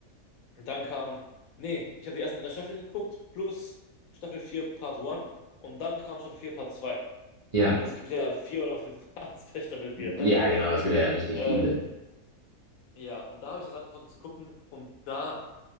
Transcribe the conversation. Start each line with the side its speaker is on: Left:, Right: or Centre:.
Left: Und dann kam, nee, ich habe die ersten drei Staffeln geguckt plus Staffel 4 Part 1 und dann kam Staffel 4 Part 2.
Right: Ja.
Left: Und es gibt ja vier oder fünf Parts bei Staffel 4, ne?
Right: Ja, genau, es gibt ja richtig
Left: Äh,
Right: viele.
Left: ja, und da habe ich das angefangen zu gucken und da